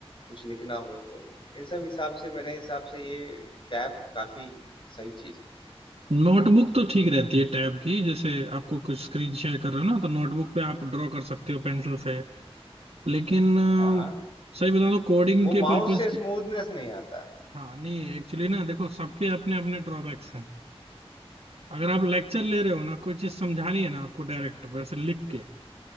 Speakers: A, on the left; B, on the right.
A: कुछ लिखना हो तो इन सब हिसाब से मेरे हिसाब से ये टैब काफी सही चीज
B: नोटबुक तो ठीक रहती है टैब की जैसे आपको कुछ स्क्रीन शेयर कर रहे हो ना तो नोटबुक पे आप ड्रॉ कर सकते हो पेंसिल से लेकिन अ,
A: है हाँ
B: सही बताऊं तो कोडिंग
A: वो
B: के
A: माउस
B: पर्पज
A: से स्मूथनेस
B: की
A: नहीं आता है।
B: हाँ नहीं एक्चुअली ना देखो सबके अपने अपने ड्रॉबैक्स हैं अगर आप लेक्चर ले रहे हो ना कोई चीज समझानी है ना आपको डायरेक्ट वैसे लिख के